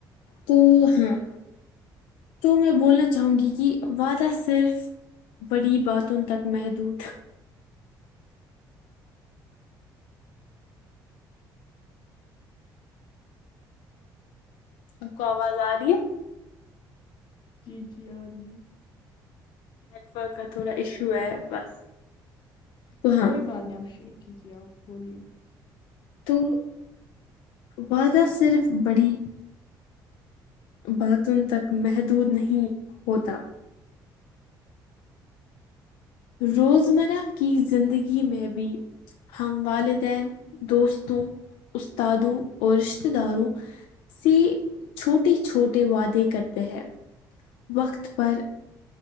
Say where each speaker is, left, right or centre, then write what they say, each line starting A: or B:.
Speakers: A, on the left; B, on the left.
A: تو ہاں تو میں بولنا چاہوں گی کہ وعدہ صرف بڑی باتوں تک محدود آپ کو آواز آ رہی ہے
B: جی جی آ رہی ہے
A: نیٹ ورک کا تھوڑا ایشو ہے بس تو
B: جی
A: ہاں
B: کوئی بات نہیں آپ شروع کیجیے آپ بولیے
A: تو وعدہ صرف بڑی باتوں تک محدود نہیں ہوتا روزمرہ کی زندگی میں بھی ہم والدین دوستوں استادوں اور رشتے داروں سے چھوٹے چھوٹے وعدے کرتے ہیں وقت پر